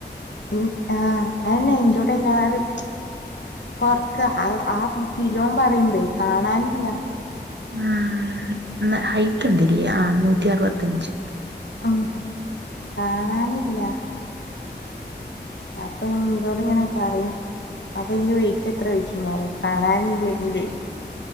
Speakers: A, on the left (about 80°); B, on the right (about 75°).
A: ഉ ആഹ് അയന്നെ ഇന്റോടെ എല്ലാരും കൊറക്കാ ആഹ് ആഹ് കിലോം പറയുമ്പേ കാണാനില്ല
B: ആഹ് ന്നാ ഹൈറ്റ് ഉണ്ട്ല്ല്യേ? ആഹ് നൂറ്റി അറുവത്തിഞ്ച്
A: ഉം കാണാനില്ല അപ്പഴും ഇന്റോട്ങ്ങനെ പറയും അത് കഴ്ഞ്ഞ് വെയിറ്റ് എത്രോയ്ക്കും ഞാനേ കാണാനില്ലെങ്കില്